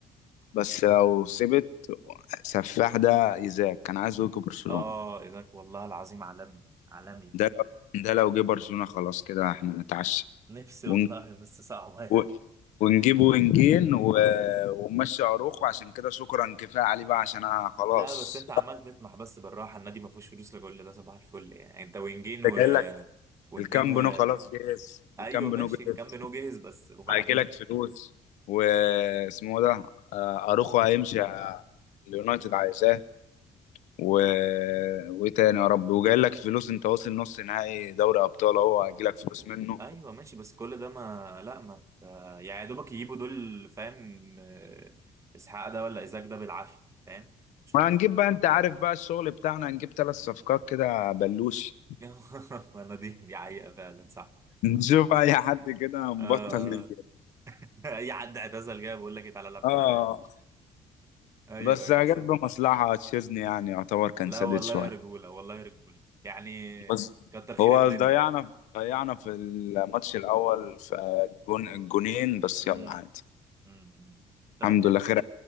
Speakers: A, on the left (about 85°); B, on the right (about 25°).
A: بس لو سبت سفاح ده إيزاك كان عايزه يجي برشلونة
B: اه ايزاك والله العظيم عالمي عالمي
A: ده لو ده لو جه برشلونة خلاص كده احنا نتعشى
B: نفسي
A: ون-
B: والله بس صعبة يعني
A: و- ونجيب وينجين و... ونمشي اروخو عشان كده شكرا كفاية عليه بقى عشان انا خلاص
B: لا بس انت عمال تطمح بس بالراحة النادي ما فيهوش فلوس لكل ده صباح الفل يعني انت وينجين و
A: كنت جاي لك
B: وينجين
A: الكامب
B: و
A: نو خلاص جاهز
B: ايوه
A: الكامب
B: ماشي
A: نو جاهز
B: كم نو جاهز بس وبعدين
A: هيجي لك فلوس واسمه ده آه، اروخو هيمشي آه، اليونايتد عايزاه و... وايه تاني يا رب وجاي لك فلوس انت واصل نص نهائي دوري ابطال اهو هيجي لك فلوس منه
B: ايوه ماشي بس كل ده ما لا ما ت- يعني يا دوبك يجيبوا دول فاهم آه، اسحاق ده ولا ايزاك ده بالعافية فاهم شكرا
A: وهنجيب بقى انت عارف بقى الشغل بتاعنا هنجيب ثلاث صفقات كده بلوش
B: <laughs> ما انا دي دي حقيقة فعلا صح
A: <laughs> نشوف اي حد كده مبطل
B: آه
A: نجيب
B: <laughs> اي حد اعتزل جاي بقول لك إيه، تعالى العب
A: اه
B: معانا يلا ايوه
A: بس
B: ايوه
A: جت
B: بس
A: بمصلحة تشيزني يعني يعتبر كان
B: لا
A: سادد
B: والله
A: شوية
B: يا رجوله والله يا رجوله يعني
A: بس
B: كتر خير
A: هو
B: الدنيا
A: ضيعنا ضيعنا في الماتش الاول في الجون الجونين بس
B: امم
A: يلا عادي
B: امم امم. طب
A: الحمد
B: انت
A: لله خير